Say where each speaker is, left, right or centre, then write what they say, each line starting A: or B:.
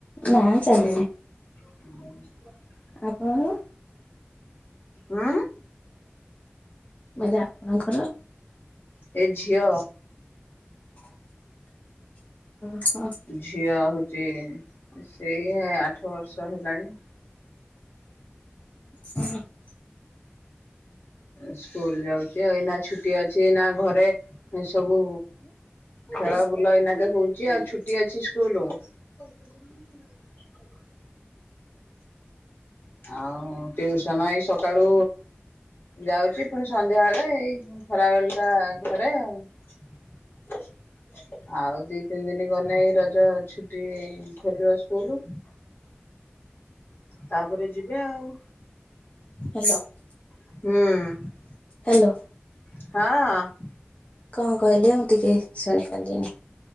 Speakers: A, on the left; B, on the left.
A: ନାଇଁ ଚାଲିନି।
B: <inaudible>
A: ଆପଣଙ୍କର?
B: ହୁଁ।
A: କହିଲି ଆପଣଙ୍କର?
B: ଏ ଝିଅ
A: <inaudible>
B: ଝିଅ ହଉଚି ସିଏ ଆଠ ବର୍ଷ ହେଲାଣି।
A: <inaudible>
B: ସ୍କୁଲ ଯାଉଚି ଆଉ ଏଇନା ଛୁଟି ଅଛି ଏଇନା ଘରେ ସବୁ
A: କହିଲି
B: ଖେଳ ବୁଲ
A: ଆପଣଙ୍କର
B: ଏଇନାକେ ହଉଚି ଆଉ ଛୁଟି ଅଛି ସ୍କୁଲୁ। <inaudible>
A: <unintelligible>
B: ଆଉ ଟ୍ୟୁସନ ଏଇ ସକାଳୁ ଯାଉଚି ପୁଣି ସନ୍ଧ୍ୟା ବେଳେ ଏଇ ଖରା ବେଳ ଟା ଘରେ ଆଉ। ଆଉ ଦି ତିନି ଦିନି ଗଲେ ଏଇ ରଜ ଛୁଟି ଖୋଲିବ ସ୍କୁଲୁ। ତାପରେ ଯିବେ ଆଉ।
A: ହାଲୋ।
B: ହୁଁ।
A: ହାଲୋ।
B: ହଁ।
A: କଣ୍ କହିଲେ ମୁଁ ଟିକେ ଶୁଣିପାରିଲିନି?